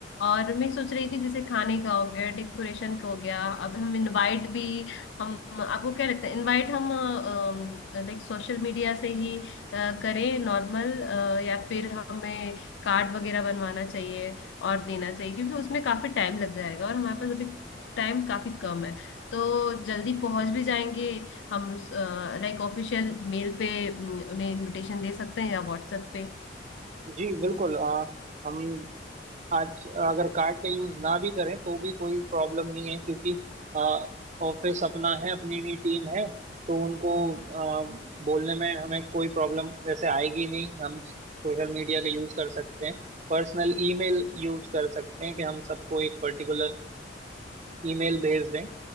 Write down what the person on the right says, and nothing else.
जी बिल्कुल अ, हम आज अगर कार्ड का यूज ना भी करें तो भी कोई प्रॉब्लम नहीं है क्योंकि ऑफिस अपना है अपनी भी टीम है तो उनको आ, बोलने में हमें कोई प्रॉब्लम वैसे आएगी नहीं हम सोशल मीडिया का यूज कर सकते हैं पर्सनल ईमेल यूज कर सकते हैं कि हम सबको एक पर्टिकुलर ईमेल भेज दें